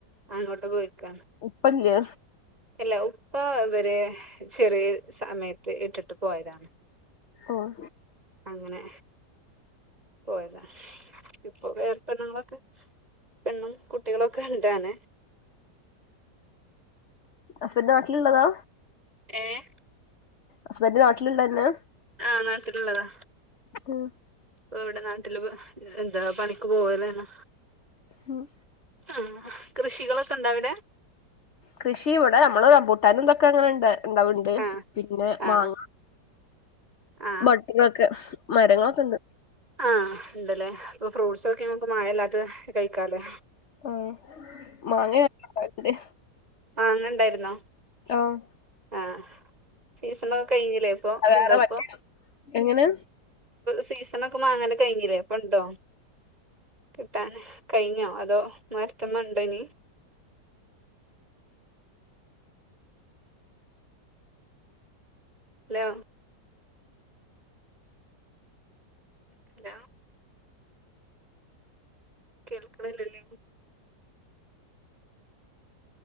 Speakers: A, on the right; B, on the left.
A: അങ്ങോട്ട് പോയിക്കാണ്
B: ഉപ്പല്ലേ
A: ഇല്ല ഉപ്പ ഇവരെ ചെറിയ സമയത്ത് ഇട്ടിട്ട് പോയതാണ്
B: ഓഹ്
A: അങ്ങനെ പോയതാണ് ഇപ്പൊ വേറപ്പെണ്ണങ്ങളൊക്കെ പെണ്ണും കുട്ടികളൊക്കെ ഉണ്ടാനെ
B: ഹസ്ബൻഡ് നാട്ടിലുള്ളതാ
A: ഏഹ്
B: അസ്ബന്റു നാട്ടില്ള്ളന്നാ
A: ആഹ് നാട്ടിലുള്ളതാ
B: അഹ്‌
A: ഇപ്പ ഇവിടെ നാട്ടില് എന്താ പണിക്ക് പോവലന്ന
B: ഉം
A: ആഹ് കൃഷികളൊക്കെ ഇണ്ട അവിടെ
B: കൃഷി ഇവിടെ നമ്മള് റമ്പൂട്ടാന് ഇന്തൊക്കെ അങ്ങനെണ്ടാ ണ്ടാവണ്ട്
A: ആ
B: പിന്നെ
A: ആ
B: മാങ്ങ
A: ആ
B: ബട്ടിങ്ങോക്കെ മരങ്ങളൊക്കെണ്ട്
A: ആഹ് ണ്ട്ല്ലേ അപ്പൊ ഫ്രൂട്ട്സൊക്കെ ങ്ങക്ക് മായല്ലാതത് കഴികാല്ലേ
B: ആഹ് മാങ്ങ <unintelligible> ണ്ട്‌
A: മാങ്ങണ്ടായിരുന്നോ
B: ആഹ്
A: ആ സീസണൊക്കെ കഴിഞ്ഞില്ലേ ഇപ്പോ
B: വേറെ
A: ണ്ടോ ഇപ്പോ
B: മറ്റേ എങ്ങനെ
A: സീസണൊക്കെ മാങ്ങന്റെ കഴിഞ്ഞില്ലേ ഇപ്പ ഉണ്ടോ കിട്ടാന് കഴിഞ്ഞോ അതോ മരത്ത്മ്മ ഉണ്ടോനി
B: <inaudible>
A: ഹലോ ഹലോ കേൾക്ക്ണില്ലല്ലോ